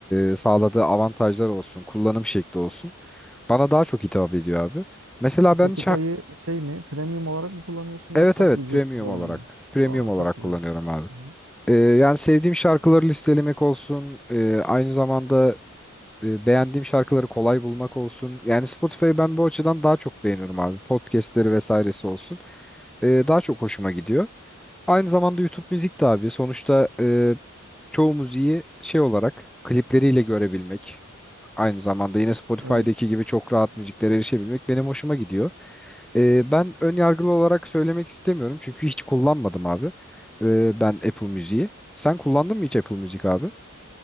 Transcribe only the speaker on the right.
Spotify'ı
şey mi, premium olarak mı kullanıyorsun yoksa
ücretsiz
olan
mı?
Aa
çok güzel.
Hı hı.
Evet.